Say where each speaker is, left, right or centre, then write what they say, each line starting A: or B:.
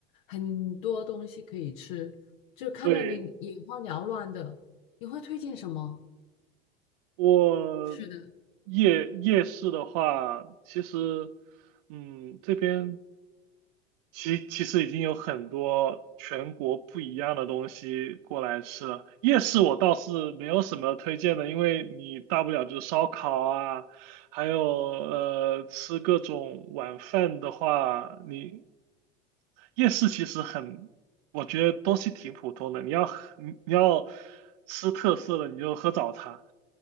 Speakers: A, on the left; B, on the right.
A: 很多东西可以吃，就看到你眼花缭乱的，
B: 对，
A: 你会推荐什么？
B: 我
A: 是的，
B: 夜夜市的话，其实，嗯，这边其其实已经有很多全国不一样的东西过来吃了。夜市我倒是没有什么推荐的，因为你大不了就是烧烤啊，还有呃吃各种晚饭的话，你夜市其实很，我觉得东西挺普通的。你要喝你你要吃特色的，你就喝早茶。